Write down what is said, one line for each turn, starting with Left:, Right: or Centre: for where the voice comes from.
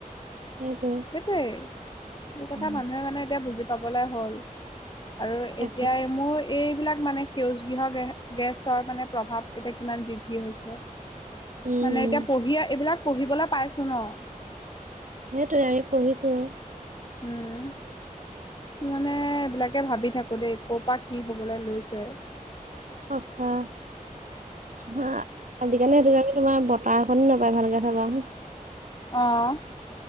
Right: সেইটোৱে
Left: সেইটোই মোৰ কথা
Right: উম।
Left: মানুহে মানে এতিয়া বুজি পাবলে হ'ল। আৰু
Right: তাকে
Left: এতিয়া মোৰ এইবিলাক মানে সেউজ গৃহ গেছৰ মানে প্ৰভাৱ এতিয়া কিমান বৃদ্ধি হৈছে।
Right: উম
Left: মানে
Right: উম
Left: এতিয়া পঢ়ি এইবিলাক পঢ়িবলৈ পাইছো ন।
Right: সেইটোৱে আমি পঢ়িছো আৰু
Left: উম মানে এইবিলাকে ভাবি থাকো দেই ক' পৰা কি হবলৈ লৈছে
Right: সঁচা হা আজিকালি সেইটো কাৰণে তোমাৰ বতাহ এখনি নাপায় ভালকে চাবা
Left: অহ